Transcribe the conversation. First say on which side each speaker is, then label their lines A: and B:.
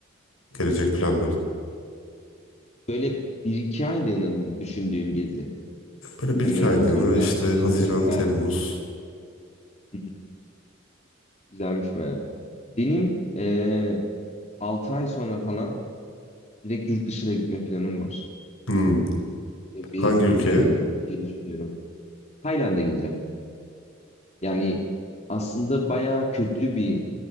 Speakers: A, on the left (about 85°); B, on the left (about 35°).
A: gelecek planların?
B: Böyle bir iki aylığına mı düşündüğün gezi?
A: Böyle bir
B: Yani
A: iki
B: böyle
A: aylığına
B: motorla
A: işte
B: alayım
A: Haziran,
B: böyle. Aynen.
A: Temmuz.
B: Hı hı. Güzelmiş baya. Benim eee 6 ay sonra falan direkt yurt dışına gitme planım var.
A: Hmm,
B: E, Bir
A: Hangi ülkeye?
B: eee, şey düşünüyorum. Tayland'a gideceğim. Yani aslında baya köklü bir